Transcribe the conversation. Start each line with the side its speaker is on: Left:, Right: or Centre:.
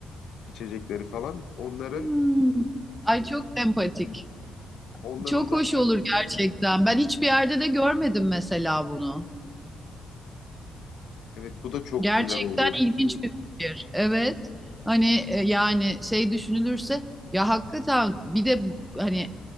Left: içecekleri falan onları
Centre: Hmm. Ay çok empatik.
Left: onları
Centre: Çok
Left: uzaktan
Centre: hoş olur gerçekten. Ben hiçbir yerde de görmedim mesela bunu.
Left: evet bu da çok
Centre: Gerçekten
Left: güzel olur
Centre: ilginç bir fikir. Evet. Hani e, yani şey düşünülürse ya hakikaten bir de hani